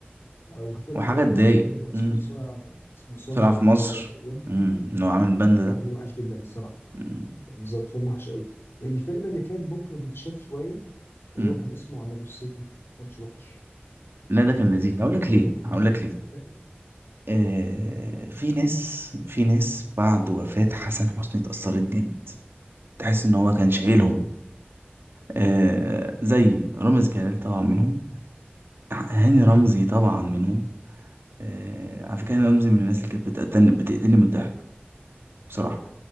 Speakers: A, on the left; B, on the right.
A: وفيلم
B: وحاجه
A: تاني
B: تضايق
A: أسوأ منه اسمه
B: امم
A: صنع اسمه صنع
B: طلع في
A: في
B: مصر
A: مصر تقريبا
B: امم ان هو عامل البند ده
A: فيلم وحش جدا الصراحة
B: امم
A: يعني بالظبط فيلم وحش قوي الفيلم اللي كان ممكن يتشاف شوية اللي
B: أمم.
A: هو كان اسمه على جثتي ما كانش وحش
B: لا ده كان لذيذ هقول لك
A: اللي
B: ليه
A: هو كان
B: هقول لك ليه
A: ده كان
B: آه في ناس في ناس بعد وفاة حسن حسني اتأثرت جامد تحس ان هو كان
A: اه
B: شايلهم آه زي رامز جلال طبعا منهم هاني رمزي طبعا منهم آه، على فكرة أنا رمزي من الناس اللي كانت بتقتلني بتقتلني من الضحك بصراحة